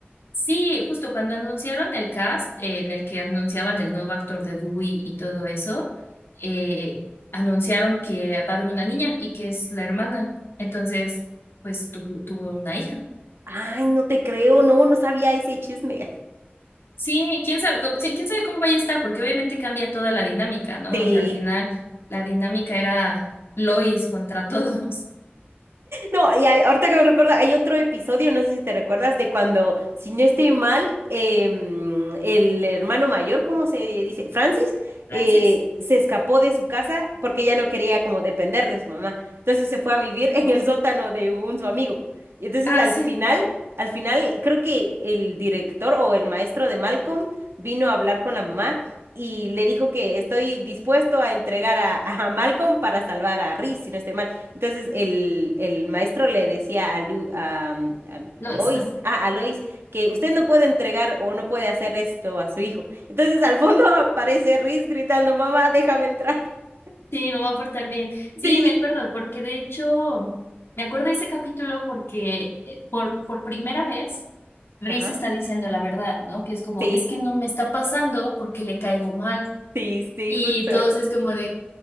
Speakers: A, on the left (about 80°); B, on the right (about 90°).
A: Sí, justo cuando anunciaron el cast, eh, en el que anunciaban el nuevo actor de Dewey y todo eso, eh, anunciaron que va a haber una niña y que es la hermana. Entonces, pues tuvo, tuvo una hija.
B: Ay, no te creo, no, no sabía ese chisme. <laughs>
A: Sí, quién sabe, co- sí, quién sabe cómo vaya a estar, porque obviamente cambia toda la dinámica, ¿no?
B: Sí.
A: O sea, al final la dinámica era Lois contra todos.
B: No, y hay- ahorita que me recuerda, hay otro episodio, no sé si te recuerdas, de cuando, si no estoy mal, em, el hermano mayor, ¿cómo se dice? Francis,
A: <laughs> ¿Francis?
B: eh, se escapó de su casa porque ya no quería como depender de su mamá. Entonces se fue a vivir <laughs> en el sótano de un su amigo. Y entonces
A: Ah,
B: al
A: sí,
B: final, al final, creo que el director o el maestro de Malcolm vino a hablar con la mamá y le dijo que estoy dispuesto a entregar a, <laughs> a Malcolm para salvar a Reese, si no estoy mal. Entonces el, el maestro le decía a, Lu- a, mm, a
A: Lois.
B: Lois,
A: ajá.
B: ah, a Lois, que usted no puede entregar o no puede hacer esto a su hijo. Entonces al fondo <laughs> aparece Reese gritando, mamá, déjame entrar. <laughs>
A: Sí, me va a portar bien. Sí,
B: Sí.
A: me acuerdo, porque de hecho, me acuerdo de ese capítulo porque eh, por, por primera vez Reese
B: Ajá.
A: está diciendo la verdad, ¿no? Que es como,
B: Sí,
A: es que no me está pasando porque le caigo mal.
B: sí, sí,
A: Y
B: justo
A: todos
B: eso.
A: es como de,